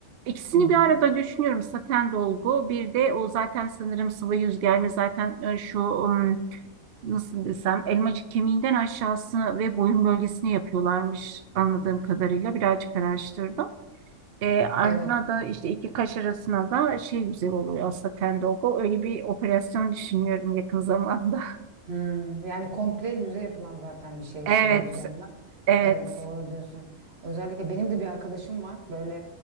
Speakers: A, on the right (about 70°); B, on the right (about 45°).
A: İkisini
B: Hı hı.
A: bir arada düşünüyorum. Saten dolgu bir de o zaten sanırım sıvı yüz germe zaten e, şu um, nasıl desem elmacık kemiğinden aşağısı ve boyun bölgesine yapıyorlarmış anladığım kadarıyla birazcık araştırdım. E, arına
B: Evet.
A: da işte iki kaş arasına da şey güzel oluyor saten dolgu. Öyle bir operasyon düşünüyorum yakın <laughs> zamanda.
B: Hmm, yani komple yüze yapılan zaten bir şey
A: Evet,
B: sıvı yüzgerme.
A: evet.
B: Evet doğru diyorsun. Özellikle benim de bir arkadaşım var. Böyle